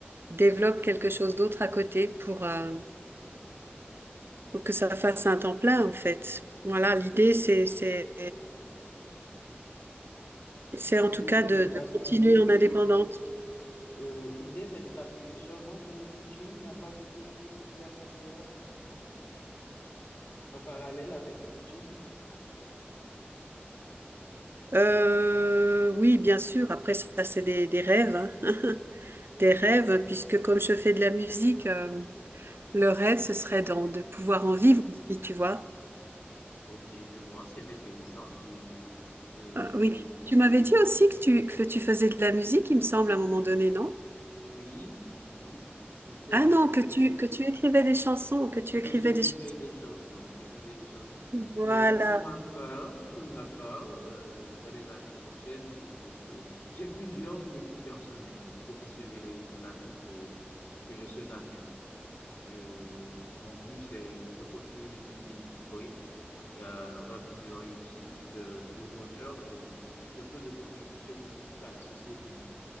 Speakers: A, on the right; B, on the left.
A: développe quelque chose d'autre à côté pour, euh, pour que ça fasse un temps plein, en fait. Voilà, l'idée, c'est, c'est, c'est en
B: L'idée,
A: tout cas
B: c'est
A: de,
B: de t'appuyer
A: de continuer
B: sur,
A: en indépendante.
B: euh, l'idée, c'est de t'appuyer seulement sur le coaching. Il n'y a pas d'autre chose que tu aimerais faire en parallèle avec le coaching.
A: Euh, oui, bien sûr. Après, ça, c'est des, des rêves, hein. <laughs> des rêves, puisque comme je fais de la musique, euh, le rêve, ce serait d'en- de pouvoir en vivre aussi, tu vois.
B: Ok, je vois, c'est intéressant. Et, euh,
A: Ah, oui, tu m'avais dit aussi que tu, que tu faisais de la musique, il me semble, à un moment donné, non?
B: oui, oui, je, je te
A: Ah
B: l'avais
A: non,
B: dit,
A: que tu,
B: Ben.
A: que tu écrivais des chansons, que tu
B: Oui,
A: écrivais
B: J'écrivais
A: des chansons.
B: des chansons, j'écrivais des chansons.
A: Voilà.
B: Mais pour ma part, pour ma part, euh, dans les années prochaines, je pense que j'ai plusieurs objectifs personnels, professionnels et éducatifs que, que je souhaite atteindre. Euh, mon but, c'est de construire une vie équilibrée, euh, remplie de réussite, euh, de bonheur et surtout de contribution positive à la société.